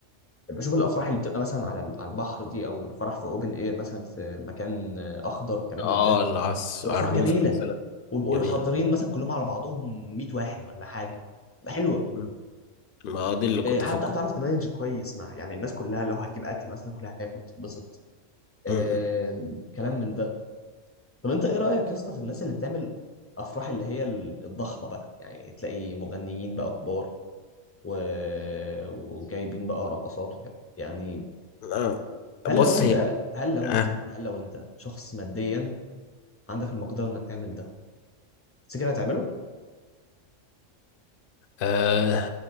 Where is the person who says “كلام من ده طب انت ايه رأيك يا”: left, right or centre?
Left